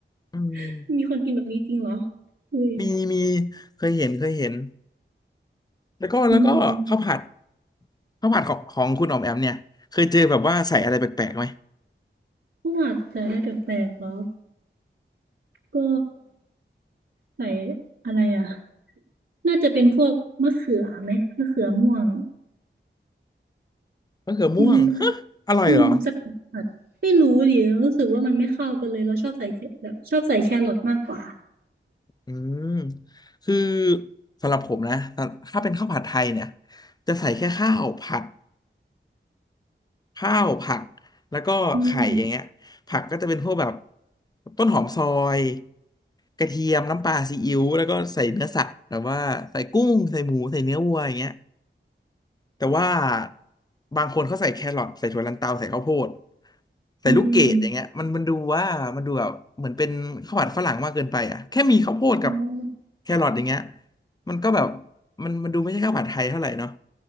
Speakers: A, on the left; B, on the right.
A: อืม
B: ๆมีคนกินแบบนี้จริงเหรออุ้ย
A: มีมีเคยเห็นเคยเห็นแล้วก็แล้วก็ข้าวผัด
B: อืม
A: ข้าวผัดของของคุณออมแอมเนี่ยเคยเจอแบบว่าใส่อะไรแปลกๆไหม
B: ประวัติอะไรแปลกๆเหรอ ก็ใส่อะไรอ่ะน่าจะเป็นพวกมะเขือไหมมะเขือม่วง
A: มะเขือม่วงฮะอร่อยเหรอ
B: อืมอืมใส่ผัดไม่รู้ดิรู้สึกว่ามันไม่เข้ากันเลยเราชอบใส่แคแบบชอบใส่แครอทมากกว่า
A: อืมคือสำหรับผมนะถ้าเป็นข้าวผัดไทยเนี่ยจะใส่แค่ข้าวผัด ข้าวผัด แล้วก็ไข่อย่างเงี้ยผักก็จะเป็นพวกแบบ
B: อืม
A: ต้นหอมซอย กระเทียมน้ำปลาซีอิ๊วแล้วก็ใส่เนื้อสัตว์แบบว่าใส่กุ้ง ใส่หมู ใส่เนื้อวัวอย่างเงี้ย แต่ว่าบางคนเขาใส่แครอทใส่ถั่วลันเตาใส่ข้าวโพดใส่ลูกเกดอย่างเงี้ยมันมันดูว่ามันดูแบบเหมือนเป็นข้าวผัดฝรั่งมากเกินไปอ่ะแค่มีข้าวโพดกับ
B: อืมอ๋อ
A: แครอทอย่างเงี้ยมันก็แบบมันมันดูไม่ใช่ข้าวผัดไทยเท่าไหร่เนาะ